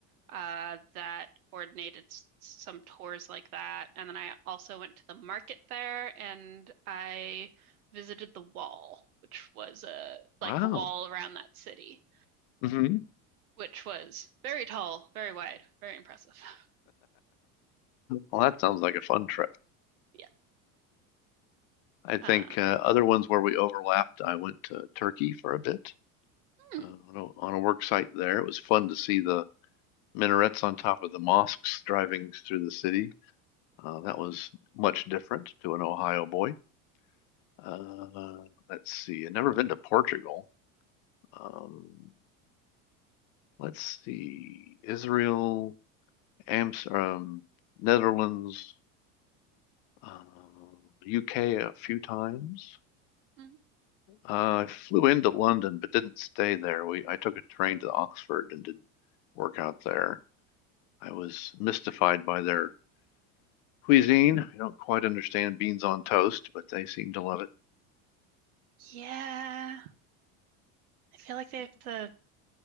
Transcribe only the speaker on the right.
uh, that coordinated s- some tours like that. And then I also went to the market there and I visited the wall, which was uh, like
the wall around that city,
which was very tall, very wide, very impressive. <laughs>
Yeah.
Uh,
hmm.
Hmm.
Yeah. I feel like they have the